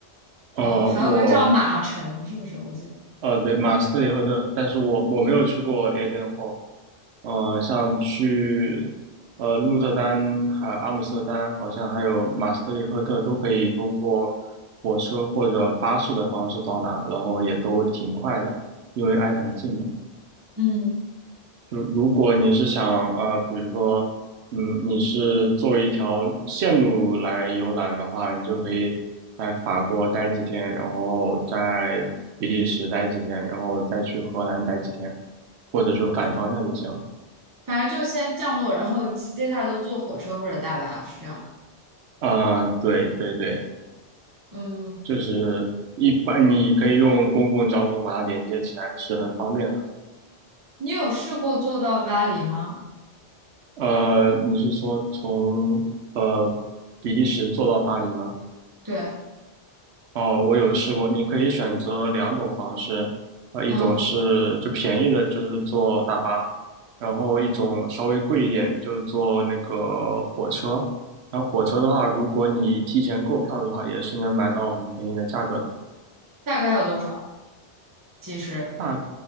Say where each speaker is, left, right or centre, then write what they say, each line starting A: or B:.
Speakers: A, on the right; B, on the right.
A: 呃，
B: 还有还有个叫马城，
A: 我
B: 是不是？我记得，
A: 呃，对，马斯特里赫特，但是我我没有去过 a i d e n h o 呃像去呃鹿特丹还有阿姆斯特丹，好像还有马斯特里赫特，都可以通过火车或者巴士的方式到达，然后也都挺快的，因为挨得很近嘛。
B: 嗯，
A: 就如果你是想呃，比如说，嗯，你是作为一条线路来游览的话，你就可以在法国待几天，然后在比利时待几天，然后再去荷兰待几天，或者就反方向也行。
B: 就反正就先降落，然后接接下来都坐火车或者大巴，是这样吧？
A: 啊、对对对，
B: 嗯，
A: 就是一般你可以用公共交通把它连接起来，是很方便的。
B: 你有试过坐到巴黎吗？
A: 呃，你是说从呃比利时坐到巴黎吗？
B: 对。
A: 哦，我有试过，你可以选择两种方式，呃，一种是就便宜的，
B: 嗯。
A: 就是坐大巴，然后一种稍微贵一点，就是坐那个火车。然后火车的话，如果你提前购票的话，也是能买到很便宜的价格的，
B: 大概有多少？几十？
A: 大，